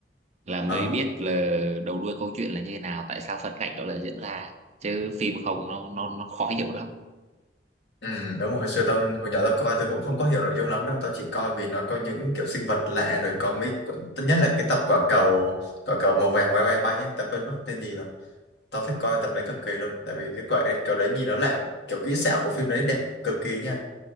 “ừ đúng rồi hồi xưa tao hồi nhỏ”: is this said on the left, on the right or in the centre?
Left